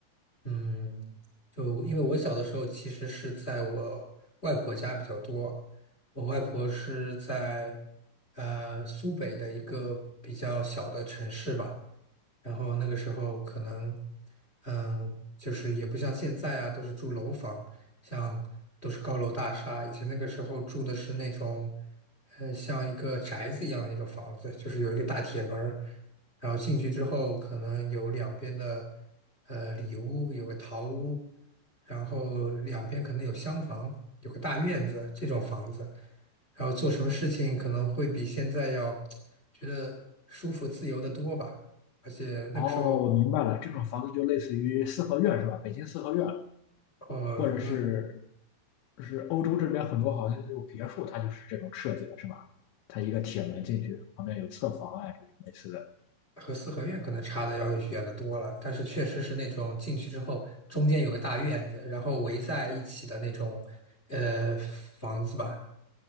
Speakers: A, on the left; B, on the left.
A: 嗯，就因为我小的时候其实是在我外婆家比较多，我外婆是在呃苏北的一个比较小的城市吧。然后那个时候可能，嗯，就是也不像现在啊，都是住楼房，像都是高楼大厦。以前那个时候住的是那种，呃，像一个宅子一样的那种房子，就是有一个大铁门儿然后进去之后可能有两边的，呃，里屋，有个堂屋，然后两边可能有厢房，有个大院子，这种房子。然后做什么事情可能会比现在要觉得舒服自由的多吧。而且那个时候，
B: 哦，我明白了，这种房子就类似于四合院是吧？北京四合院，
A: 呃，
B: 或者是
A: 那
B: 是欧洲这边很多好像那种别墅，它就是这种设计的，是吧？它一个铁门进去，旁边有侧房啊，这种类似的。
A: 和四合院可能差的要远的多了。但是确实是那种进去之后，中间有个大院子，然后围在一起的那种呃房子吧。